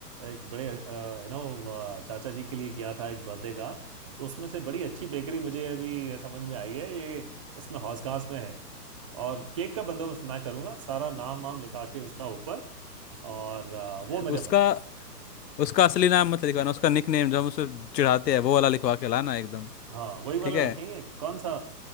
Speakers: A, on the right; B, on the left.
A: एक बड़े यू नो चाचा जी के लिए किया था एक बर्थडे का तो उसमें से बड़ी अच्छी बेकरी मुझे अभी समझ में आई है ये इसमें हौसखास में है और केक का बंदोबस्त मैं करूंगा सारा नाम वाम लिखा के उसका ऊपर और अ, वो मेरे
B: उसका
A: बंदोबस्त है
B: उसका असली नाम मत लिखवाना उसका निक नेम जो हम उसे चिढ़ाते हैं वो वाला लिखवा के लाना एकदम
A: हाँ वही वाला
B: ठीक है
A: रखेंगे कौन सा